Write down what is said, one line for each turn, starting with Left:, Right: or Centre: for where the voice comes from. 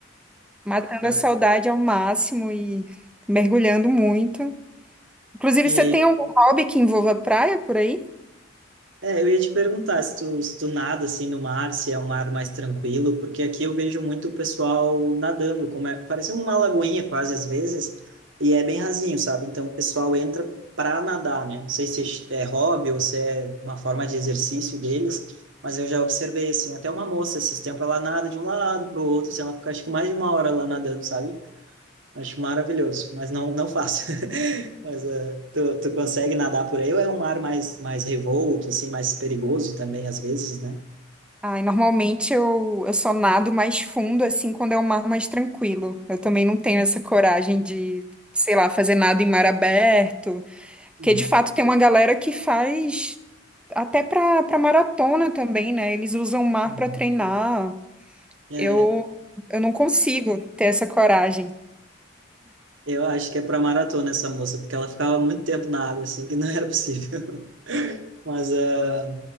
Centre: matando
Right: Ah,
Centre: a saudade ao máximo e mergulhando muito. Inclusive,
Right: E,
Centre: você tem algum hobby que envolva praia por aí?
Right: é, eu ia te perguntar se tu, se tu nada assim no mar, se é um mar mais tranquilo, porque aqui eu vejo muito o pessoal nadando, como é, parece uma lagoinha quase às vezes, e é bem rasinho, sabe? Então o pessoal entra para nadar, né? Não sei se é hobby ou se é uma forma de exercício deles, mas eu já observei assim, até uma moça esses tempos ela nada de um lado para o outro, assim, ela fica acho que mais de uma hora lá nadando, sabe? Acho maravilhoso, mas não, não faço. <laughs> Mas eh, tu, tu consegue nadar por aí ou é um mar mais, mais revolto, assim, mais perigoso também às vezes, né?
Centre: Ai, normalmente eu, eu só nado mais fundo, assim, quando é um mar mais tranquilo. Eu também não tenho essa coragem de, sei lá, fazer nada em mar aberto. Porque,
Right: Uhum,
Centre: de fato, tem uma galera que faz até pra, pra maratona também, né? Eles usam o mar
Right: uhum.
Centre: pra treinar.
Right: É,
Centre: Eu, eu não consigo ter essa coragem.
Right: eu acho que é para maratona essa moça, porque ela ficava muito tempo na água, assim, que não era possível. Mas ah,